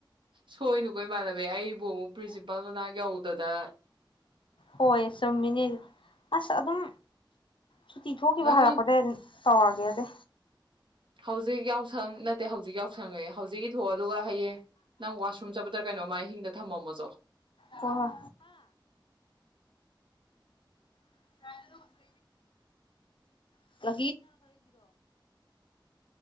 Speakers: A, on the right; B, on the left.
A: ꯁꯣꯏꯅꯨꯀꯣ ꯏꯃꯥꯟꯅꯕꯤ ꯑꯩꯕꯨ ꯑꯃꯨꯛ ꯄ꯭ꯔꯤꯟꯁꯤꯄꯥꯜ ꯃꯅꯥꯛ ꯌꯧꯗꯅ
B: ꯍꯣꯏ ꯆꯨꯝꯃꯤꯅꯦ ꯑꯁ ꯑꯗꯨꯝ ꯁꯨꯇꯤ ꯊꯣꯛꯈꯤꯕ
A: ꯅꯪ
B: ꯍꯥꯏꯔꯛꯄꯗ ꯑꯗꯨꯝ ꯇꯥꯎꯒꯦꯗꯤ꯫
A: ꯍꯧꯖꯤꯛ ꯌꯥꯎꯁꯪ ꯅꯠꯇꯦ ꯍꯧꯖꯤꯛ ꯌꯥꯎꯁꯪꯉꯦ ꯍꯧꯖꯤꯛ ꯏ ꯊꯣꯛꯑ ꯑꯗꯨꯒꯒ ꯍꯌꯦꯡ ꯅꯪ ꯋꯥꯁꯔꯨꯝ ꯆꯠꯄꯗꯥ ꯀꯩꯅꯣ ꯃꯥ ꯑꯍꯤꯡꯗ ꯊꯝꯃꯝꯃꯣꯁꯨꯣ꯫
B: ꯍꯣꯏ ꯍꯣꯏ꯫ <inaudible> <inaudible> ꯑ